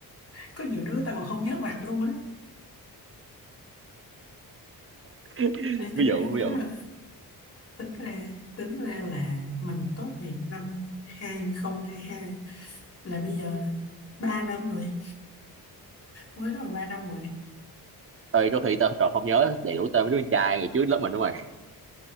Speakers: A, on the left; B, on the right.
A: có nhiều đứa ta còn không nhớ mặt luôn á.
B: <laughs>
A: Ê,
B: ví
A: tính
B: dụ
A: ra,
B: ví
A: tính
B: dụ
A: ra, tính ra, tính ra là mình tốt nghiệp năm hai không hai hai là bây giờ là 3 năm rồi, mới đó là 3 năm rồi.
B: ơi đôi khi tao trò không nhớ đầy đủ tên mấy đứa con trai ngày trước lớp mình đúng mày